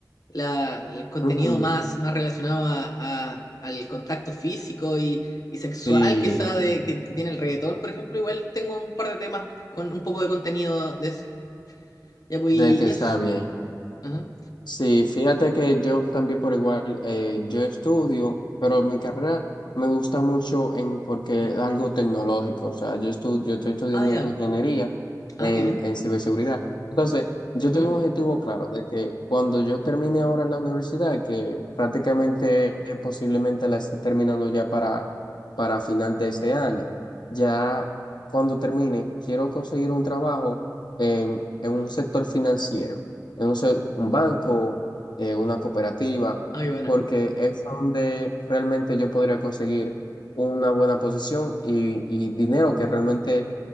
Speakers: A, on the left; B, on the left.
A: la- el contenido
B: ujú,
A: más, más relacionado a, a- al contacto físico y, y sexual
B: Sí,
A: quizá de, que, que tiene el reggaetón, por ejemplo, igual tengo un par de temas con un poco de contenido de ese. Ya, pues,
B: de
A: y
B: que está
A: eso.
B: bien.
A: Ajá.
B: Sí, fíjate que yo también por igual, eh, yo estudio, pero mi carrera me gusta mucho en, porque es algo tecnológico, o sea, yo, estu- yo estoy estudiando
A: Ah, ya.
B: ingeniería
A: Ah,
B: en,
A: qué bien.
B: en ciberseguridad. Entonces, yo
A: Ujú.
B: tengo un objetivo claro de que cuando yo termine ahora la universidad, que prácticamente eh, posiblemente la esté terminando ya para, para final de este año, ya cuando termine, quiero conseguir un trabajo en, en un sector financiero eh, no sé, un banco, eh, una cooperativa,
A: Ah, qué buena.
B: porque es donde realmente yo podría conseguir una buena posición y, y dinero que realmente